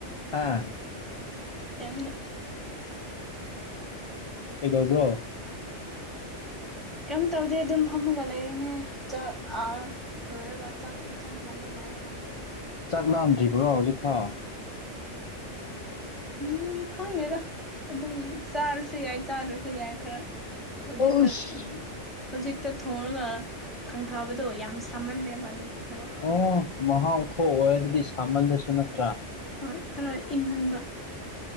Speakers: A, on the left (about 50°); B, in the centre.
A: ꯑꯥ
B: ꯀꯩꯝ ꯅꯠ
A: ꯀꯩꯗꯧꯕ꯭ꯔꯣ
B: ꯀꯩꯝ ꯇꯧꯗꯦ ꯑꯗꯨꯝ ꯐꯝꯃꯒ ꯂꯩꯔꯦꯅꯦ ꯑ ꯆꯥꯛ ꯂꯣꯏꯔꯒ ꯆꯥꯛ ꯌꯦꯟꯁꯥꯡ ꯊꯣꯡꯕ ꯂꯣꯏꯔꯒ
A: ꯆꯥꯛ ꯂꯥꯝ ꯊ꯭ꯔꯤꯕ꯭ꯔꯣ ꯍꯧꯖꯤꯛ ꯐꯥꯎ
B: ꯎꯝ ꯈꯪꯗꯦꯗ ꯑꯗꯨꯝ ꯆꯥꯔꯁꯨ ꯌꯥꯏ ꯆꯥꯗ꯭ꯔꯁꯨ ꯌꯥꯏ ꯈꯔ ꯍꯧꯖꯤꯛ
A: ꯑꯁ
B: ꯇ ꯎꯝ ꯍꯧꯖꯤꯛꯇ ꯊꯣꯡꯉꯒ ꯊꯪ ꯊꯥꯕꯗꯣ ꯌꯥꯝ ꯁꯥꯃꯜꯂꯦꯕ ꯑꯗꯨꯒꯤ ꯈꯔ
A: ꯑꯣ ꯃꯍꯥꯎ ꯊꯣꯛꯣꯛꯑꯣꯏ ꯑꯗꯨꯗꯤ ꯁꯥꯃꯟꯂꯁꯨ ꯅꯠꯇ꯭ꯔꯥ
B: ꯍꯣꯏ ꯈꯔ ꯏꯪꯍꯟꯕ